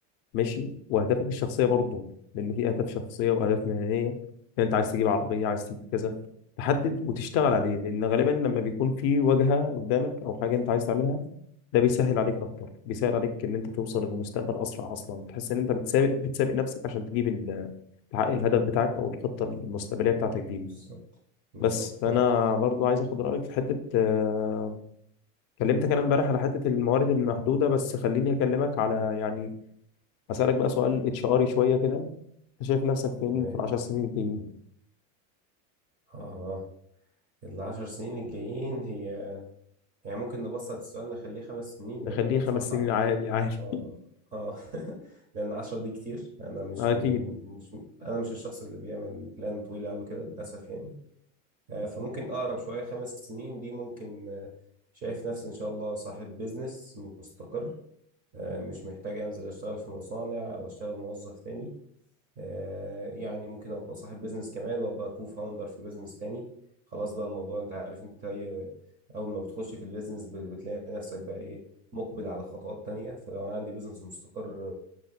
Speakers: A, on the left; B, on the right.
A: ماشي واهدافك الشخصيه برضو لان في اهداف شخصيه واهداف مهنيه يعني انت عايز تجيب عربيه عايز تجيب كذا تحدد وتشتغل عليه لان غالبا لما بيكون في واجهه قدامك او حاجه انت عايز تعملها ده بيسهل عليك اكتر بيسهل عليك ان انت توصل للمستقبل اسرع اصلا تحس ان انت بتسابق بتسابق نفسك عشان تجيب ال- تحقق الهدف بتاعك او الخطه المستقبليه بتاعتك دي
B: بالظبط بالظبط
A: بس
B: فعلا
A: فانا برضو عايز اخد رايك في حته آه، كلمتك انا امبارح على حته الموارد المحدوده بس خليني اكلمك على يعني هسألك بقى سؤال اتش اري شوية كده انت شايف نفسك فين
B: تمام
A: في العشر سنين الجايين
B: اه العشر سنين الجايين هي يعني ممكن نبسط السؤال نخليه خمس سنين لان
A: نخليه
B: انا بصراحة
A: خمس سنين عادي عادي
B: اه اه <laughs> لان عشر دي كتير انا مش
A: اكيد
B: من مش انا مش الشخص اللي بيعمل بلان طويلة قوي كده للاسف يعني آه فممكن اقرب شوية خمس سنين دي ممكن آه شايف نفسي ان شاء الله صاحب بيزنس مستقر آه مش محتاج انزل اشتغل في مصانع او اشتغل موظف تاني آه، يعني ممكن ابقى صاحب بيزنس كمان وابقى كو فاوندر في بيزنس تاني خلاص بقى الموضوع انت عارف انت اي اول ما بتخش في البيزنس بت- بتلاقي نفسك بقى ايه مقبل على خطوات تانية فلو انا عندي بيزنس مستقر